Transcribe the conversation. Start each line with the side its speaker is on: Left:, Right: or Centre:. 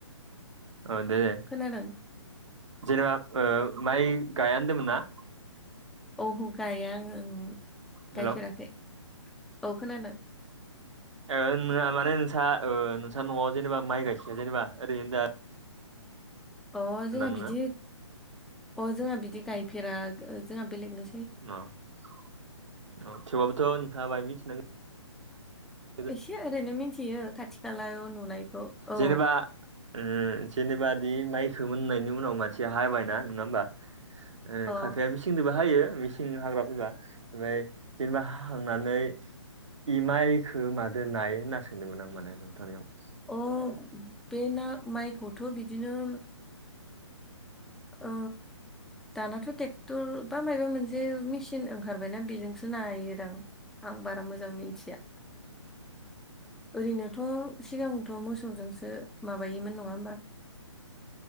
Right: औ दे दे
Centre: खोनादों
Right: जेनेबा ओ माइ गाया होनदोंमोन ना?
Centre: औह गाया आङो
Right: हेल'
Centre: गायफेराखै औ खोनादों।
Right: ओ नोङा माने नोंसा नोंसा न'आव जेनेबा माइ गायसया जेनेबा ओरै होनदों आरो।
Centre: अ जोंहा
Right: नोङो
Centre: बिदि अ जोंहा बिदि गायफेरा जोंहा बेलेगनो
Right: अ अ थेवबाबोथ' नोंथांआ बाय मिथिनांगोन। अ
Centre: एसे ओरैनो मिथियो खाथि खालायाव नुनायखौ औ
Right: जेनेबा ओ जेनेबादि माइखोमोननायनि उनाव मानसिया हाबायना नङा होमबा? ओ
Centre: अ
Right: खाफाया मेसिंजोंबो हायो मेसिंजों हाग्रा फैबा ओमफ्राय जेनेबा हाखांनानै इमायखौ मादो नाय होनना सोंदोंमोन आं माने नोंथांनियाव?
Centre: अ बे ना माइखौथ' बिदिनो ओ दानाथ' टेक्टर बा मबा मोनसे मिसिन ओंखार जाबायना बेजोंसो नायोदां आं बारा मोजां मिथिया। ओरैनोथ' सिगांथ' मोसौजोंसो माबायोमोन नङा होमबा?